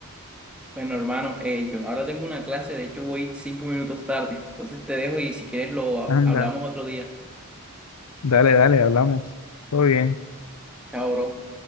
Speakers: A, in the centre; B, on the left (about 90°).
A: Bueno, hermano, eh, yo ahora tengo una clase, de hecho voy cinco minutos tarde, entonces te dejo y si quieres lo
B: Anda,
A: hablamos otro día.
B: dale, dale, hablamos. Todo bien.
A: Chao, bro.